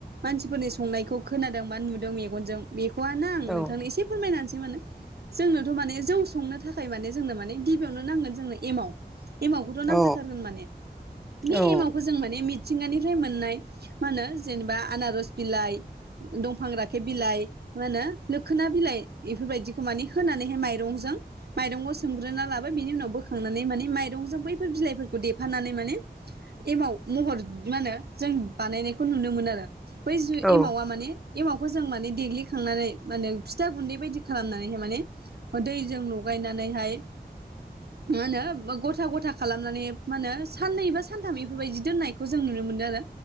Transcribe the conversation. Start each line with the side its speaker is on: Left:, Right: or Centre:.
Right: मानसिफोरनि संनायखौ खोनादों बा नुदों मेगनजों बेखौनो आं
Centre: औ
Right: नोंथांनो एसे फोरमायनानैसै माने जोंनोथ माने जौ संनो थाखाय माने जोंनो माने गिबियावनो नांगोन जोंनो एमाव एमावखौथ
Centre: औ
Right: नांखाथारगोन माने बे
Centre: औ
Right: एमावखौ जों माने मि थिंगानिफ्राय मोननाय मा होनो जेनेबा आनारस बिलाइ दंफां रा खेब बिलाइ मा होनो लोखोना बिलाइ बेफोरबायदिखौ माने होनानैहाय माइरंजों माइरंखौ सोमग्रोना लाबाय बिनि उनाव बोखांनानै माने माइरंजों बैफोर बिलाइफोरखौ देफानानै माने एमाव महर मा होनो जों बानायनायखौ नुनो मोनो आरो बैु जु
Centre: औ
Right: एमावा माने एमावखौ जों माने देग्लिखांनानै माने फिथा गुन्दै बायदि खालामनानैहाय माने दैजों लगायनानैहाय मा होनो गथा गथा खालामनानै मा होनो साननै बा सानथाम बेफोरबायदि दोननायखौ जों नुनो मोनदों आरो